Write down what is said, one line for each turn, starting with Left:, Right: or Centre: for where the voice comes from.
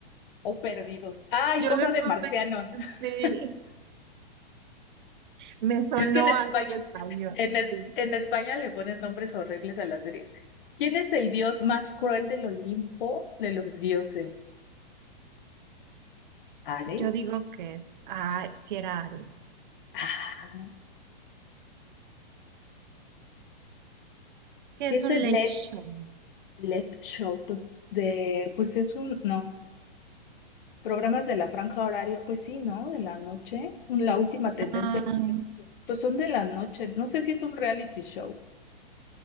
Left: o perdidos. Ay,
Right: Yo
Left: cosa
Right: le puse,
Left: de marcianos.
Right: sí,
Left: <laughs>
Right: me sonó
Left: Es que en España,
Right: algo de español,
Left: en, es-
Right: sí.
Left: en España le ponen nombres horribles a la serie. ¿Quién es el dios más cruel del Olimpo de los dioses? ¿Ares?
Right: Yo digo que, ah, si era Ares.
Left: Ah,
Right: que
Left: ¿Qué
Right: es
Left: es
Right: un
Left: el
Right: late
Left: Led?
Right: show?
Left: Let Show, pues de, pues es un, no, programas de la franja horaria, pues sí, ¿no? De la noche, un- la última tendencia,
Right: Ay,
Left: pues son de la noche, no sé si es un reality show,